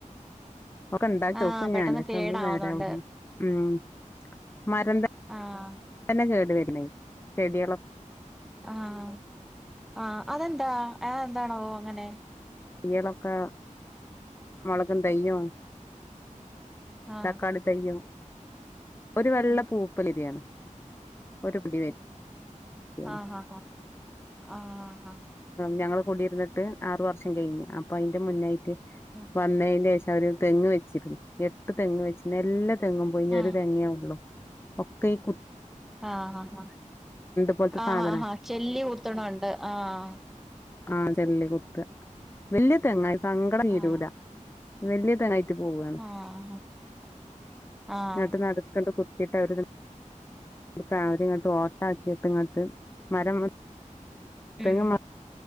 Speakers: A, on the left (about 20°); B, in the centre.
A: ക്കെ ഇണ്ടാക്കി
B: ആഹ്
A: നോക്കും
B: പെട്ടെന്ന്
A: ഞാന് പക്ഷെ
B: കേടാവുന്നുണ്ട്
A: ഒന്നും നേരാവുന്നേ ഉം മരന്ത
B: ആഹ്
A: തന്നെ കേട് വരുന്നെ ചെടികളൊ
B: അഹ് അഹ് അതെന്താ അതെന്താണവോ അങ്ങനെ
A: ഏതൊക്കെ മുളകും തൈയ്യും
B: ആഹ്
A: തക്കാളി തൈയ്യും ഒരു വെള്ള
B: ഉം
A: പൂപ്പലിരയാണ് ഒരു പുടി <unintelligible>
B: ആഹ്
A: <inaudible>
B: ആഹ് ആഹ് ആഹ്
A: ഞങ്ങള് കുടിയിരുന്നി ട്ട് ആറു വർഷം കഴിഞ്ഞ് അപ്പൊ അയിന്റെ മുന്നായിട്ട്
B: ആഹ്
A: വന്നെന്റെ ശേഷം അവര് തെങ്ങു വെച്ചിരുന്നു എട്ട് തെങ്ങു വെച്ചിരുന്നു എല്ലാ തെങ്ങും പോയി ഇനി
B: ആഹ്
A: ഒരു തെങ്ങേ ഒള്ളു ഒക്കയ് കു
B: ആഹ് ആഹ്
A: പോലത്തെ
B: ആഹ്
A: സാധനം
B: ആഹ് ചെല്ലി കുത്തണകൊണ്ട് ആഹ്
A: ആഹ് ചെല്ലി കുത്ത് വല്ല്യ തെങ്ങായി സങ്കടം തീരുല്ലാ
B: ആഹ്
A: വല്ല്യ തെങ്ങായിട്ട് പോവ്വാണ്
B: ആഹ് ആഹ്
A: എന്നിട്ട് നടുക്കൊക്കെ കുത്തിയിട്ട് അവര് ഇപ്പ അവരിങ്ങോട്ട് ഓട്ട ആക്കിയിട്ട് ഇങ്ങോട്ട് മരം മു
B: ഉം
A: തെങ്ങു മ